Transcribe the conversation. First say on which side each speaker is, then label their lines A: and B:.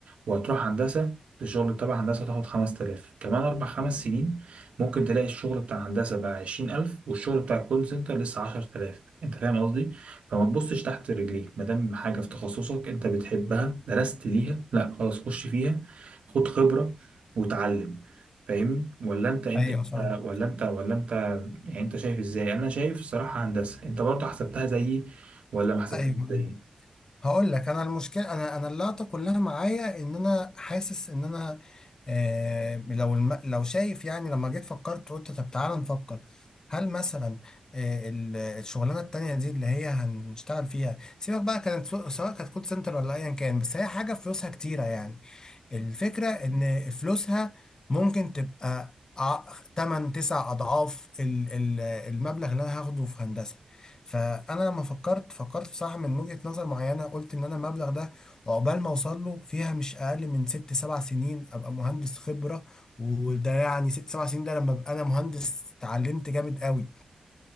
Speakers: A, on the right; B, on the left.
A: وهتروح هندسه الشغل تبع هندسه هتاخد 5000 كمان اربع خمس سنين ممكن تلاقي الشغل بتاع هندسة بقى عشرين ألف والشغل بتاع الكول سنتر لسه عشر تلاف أنت فاهم قصدي؟ فما تبصش تحت رجليك مادام حاجة في تخصصك أنت بتحبها درست ليها لأ خلاص خش فيها خد خبرة وتعلم فاهمني؟ ولا أنت أنت
B: ايوه
A: أنت-
B: فاهم
A: ولا أنت ولا أنت يعني أنت شايف إزاي؟ أنا شايف الصراحة هندسة أنت برضه حسبتها زيي ولا ما حسبتهاش
B: ايوه
A: زيي؟
B: ايوه هقول لك انا المشكله انا انا اللقطه كلها معايا ان انا حاسس ان انا آه لو الم... لو شايف يعني لما جيت فكرت قلت طب تعالى نفكر هل مثلا آه ال- الشغلانه التانيه دي اللي هي هنشتغل فيها سيبك بقى كانت سو- سواء كانت كول سنتر ولا ايا كان بس هي حاجه فلوسها كتيره يعني الفكرة ان فلوسها ممكن تبقى 8 9 اضعاف ال- ال- المبلغ اللي انا هاخده في هندسة فانا لما فكرت فكرت بصراحة من وجهة نظر معينة قلت ان انا المبلغ ده عقبال ما اوصل له فيها مش اقل من ست سبع سنين ابقى مهندس خبرة وده يعني ست سبع سنين ده لما ابقى انا مهندس اتعلمت جامد قوي